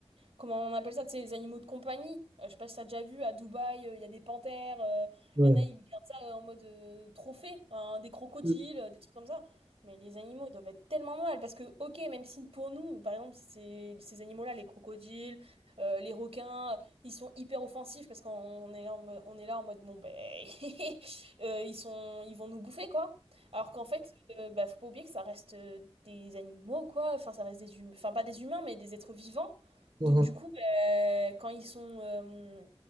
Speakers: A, on the right (about 80°); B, on the right (about 50°).
A: comment on appelle ça, tu sais, les animaux de compagnie. Euh, je sais pas si t'as déjà vu, à Dubaï, euh, il y a des panthères, euh,
B: Ouais.
A: il y en a, ils gardent ça euh, en mode euh, trophée, hein, des crocodiles,
B: Mhm,
A: euh, des trucs comme ça. Mais les animaux, ils doivent être tellement mal, parce que, ok, même si pour nous, par exemple, ces, ces animaux-là, les crocodiles, euh, les requins, ils sont hyper offensifs, parce qu'on est là en mode, on est là en mode, bon, ben, <laughs> euh, ils sont, ils vont nous bouffer, quoi. Alors qu'en fait, euh, bah, faut pas oublier que ça reste euh, des animaux, quoi. Enfin, ça reste des humains. Enfin, pas des humains, mais des êtres vivants.
B: mhm,
A: Donc du coup, bah, quand ils sont euh,